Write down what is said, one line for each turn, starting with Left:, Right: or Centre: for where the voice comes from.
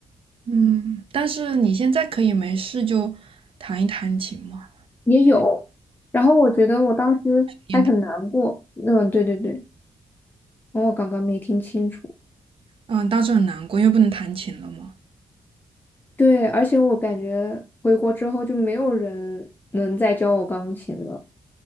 Right: 嗯，但是你现在可以没事就弹一弹琴嘛。
Left: 也有。然后我觉得我当时还很难过。
Right: 也
Left: 嗯，对对对，然后我刚刚没听清楚。
Right: 嗯，当时很难过，因为不能弹琴了嘛。
Left: 对，而且我感觉回国之后就没有人能再教我钢琴了。